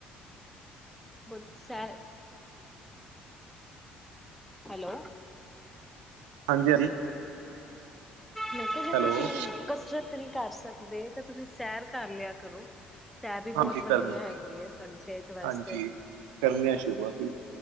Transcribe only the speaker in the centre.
ਬੁਟ ਸੈਰ ਹੈਲੋ
ਮੈਂ ਕਿਹਾ ਜੇ
ਤੁਸੀਂ ਕਸਰਤ ਨਹੀਂ ਕਰ ਸਕਦੇ ਕਦੇ ਤਾਂ ਤੁਸੀਂ ਸੈਰ ਕਰ ਲਿਆ ਕਰੋ। ਸੈਰ ਵੀ
ਬਹੁਤ ਵਧੀਆ
ਹੈਗੀ ਹੈ ਸਾਡੀ ਸਿਹਤ ਵਾਸਤੇ